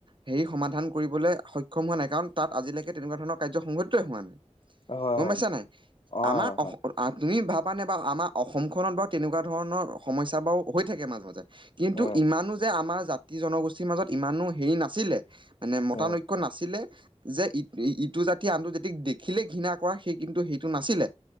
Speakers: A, on the right (about 45°); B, on the left (about 50°).
A: হেৰি সমাধান কৰিবলে সক্ষম হোৱা নাই কাৰণ তাত আজিলেকে তেনেকুৱা ধৰণৰ কাৰ্য সংঘটিতয়ে হোৱা নাই।
B: হয় হয়
A: গম
B: হয়
A: পাইছা নাই।
B: অ
A: আমাৰ
B: হয়
A: অস আ, তুমি ভাবানে বাৰু আমাৰ অসমখনত বাৰু তেনেকুৱা ধৰণৰ সমস্যা বাৰু হৈ থাকে মাজ মাজে। কিন্তু
B: উম
A: ইমানো যে আমাৰ জাতি জনগোষ্ঠীৰ মাজত ইমানো হেৰি নাছিলে মানে মতানৈক
B: উম
A: ক্য নাছিলে যে ই- ইটো জাতি আনটো জাতিক দেখিলে ঘৃণা কৰা সেই কিন্তু সেইটো নাছিলে।